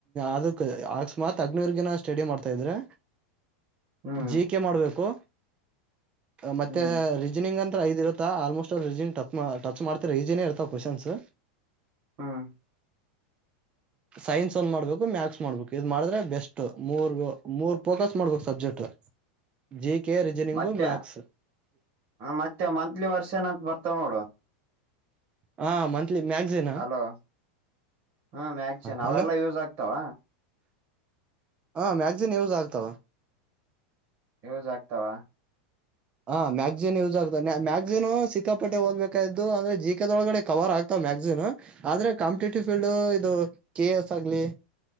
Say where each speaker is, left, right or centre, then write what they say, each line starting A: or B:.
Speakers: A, on the right; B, on the right.
A: ಅದಕ್ ಅಕಸ್ಮಾತ್ ಅಗ್ನೂರ್ಗಿನ ಸ್ಟಡಿ ಮಾಡ್ತಾ ಇದ್ರೆ
B: ಹ್ಮ್
A: ಜಿಕೆ ಮಾಡ್ಬೇಕು ಮತ್ತೆ
B: ಹ್ಮ್
A: ರೀಜನಿಂಗ್ ಅಂತ ಐದ್ ಇರುತ್ತಾ ಆಲ್ಮೋಸ್ಟ್ ಟಚ್ ಮಾಡ್ತಿರ ಈಸಿನೇ ಇರ್ತ ಕ್ವೆನ್ಸ್
B: ಹ
A: ಹ ಸೈನ್ಸ್ ಒಂದ್ ಮಾಡ್ಬೇಕು ಮ್ಯಾಥ್ಸ್ ಮಾಡ್ಬೇಕು ಈದ್ ಮಾಡಿದ್ರೆ ಬೆಸ್ಟ್ ಮೂರ್ ಮೂರ್ ಫೋಕಸ್ ಮಾಡ್ಬೇಕು ಸಬ್ಜೆಕ್ಟ್ ಜ ಕೆ ರಿಜನಿಂಗು
B: ಮತ್ತೆ
A: ಮ್ಯಾಕ್ಸ್
B: ಮತ್ತೆ ಮಂತ್ಲಿ ವರ್ಷನ್ ಅಂತ ಬರ್ತಾವ ನೋಡು
A: ಹಾ ಮಂತ್ಲಿ ಮ್ಯಾಗಝನಾ
B: ಹ್ಮ್ ಮ್ಯಾಕ್ಚನ್
A: ಹಲೋ
B: ಅವೆಲ್ಲಾ ಯೂಸ್ ಆಗ್ತಾವ
A: ಹ ಮ್ಯಾಗಜಿನ್ ಯೂಸ್ ಆಗ್ತಾವ
B: ಯೂಜ ಆಗ್ತಾವ
A: ಹಾ ಮ್ಯಾಗ್ಸಿನ್ ಯೂಸ್ ಆಗ್ತದೆ ಮ್ಯಾಗಸಿನ್ ಸಿಕ್ಕಾಪಟ್ಟೆ ಓದ್ಬೇಕ್ ಅಂದ್ರೆ ಜಿಕೆ ಒಳಗಡೆ ಕವರ್ ಆಗ್ತ ಮ್ಯಾಗಸೀನ್ ಆದ್ರೆ ಕಾಂಪಿಟೇಟಿವ್ ಫೀಲ್ಡ್ ಇದು ಕೆ ಎ ಎಸ್ ಆಗ್ಲಿ